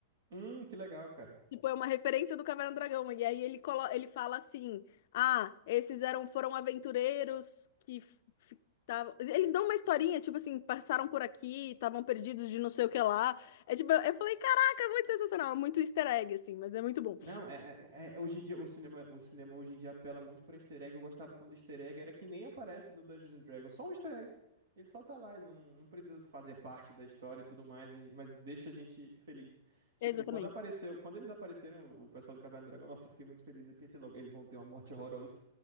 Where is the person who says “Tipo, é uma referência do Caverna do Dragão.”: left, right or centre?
Left